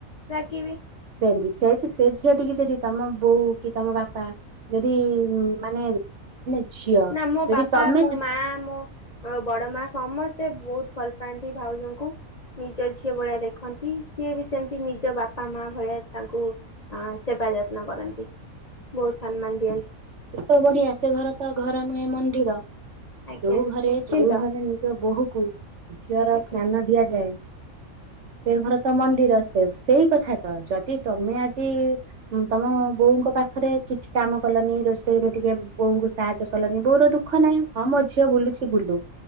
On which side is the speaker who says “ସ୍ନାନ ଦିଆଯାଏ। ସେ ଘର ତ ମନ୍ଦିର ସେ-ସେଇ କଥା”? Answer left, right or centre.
Right